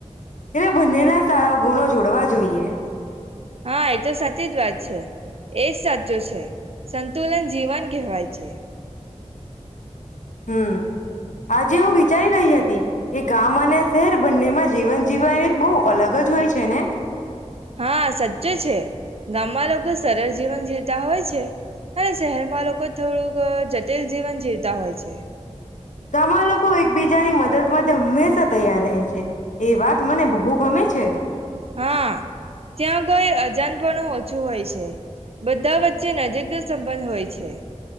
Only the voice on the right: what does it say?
હા એ તો સાચી જ વાત છે એજ સાચો છે સંતુલન જીવન કહેવાય છે
હા સાચું છે ગામમાં લોકો સરળ જીવન જીવતા હોય છે અને શહેરમાં લોકો થોડુંક જટિલ જીવન જીવતા હોય છે
હા ત્યાં કોઈ અજાન પણણ ઓછું હોય છે બધા વચ્ચે નજીકનો સંબંધ હોય છે